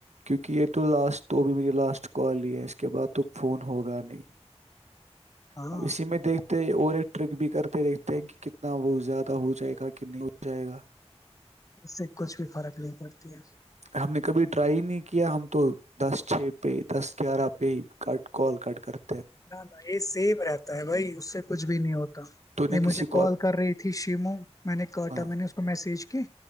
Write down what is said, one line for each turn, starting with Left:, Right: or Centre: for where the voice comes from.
Right: کیونکہ یہ تو لاسٹ تو بھی میری لاسٹ کال ہی ہے اس کے بعد تو فون ہوگا نہیں
Left: ہاں
Right: اب اسی میں دیکھتے اور ایک ٹرک بھی کرتے دیکھتے ہیں کہ کتنا وہ زیادہ ہو جائے گا کہ نہیں ہو جائے گا
Left: سے کچھ بھی فرق نہیں پڑتی ہے
Right: ہم نے کبھی ٹرائی ہی نہیں کیا ہم تو دس چھ پے دس گیارہ پے کٹ کال کٹ کر دو
Left: نہ نہیں یہ سی برات بھائی اس سے کچھ بھی نہیں ہوتا
Right: تو
Left: نہیں
Right: نے کسی
Left: مجھے کال کر رہی تھی شیمو میں نے کاٹا
Right: ہاں
Left: میں نے اس کو میسج کھ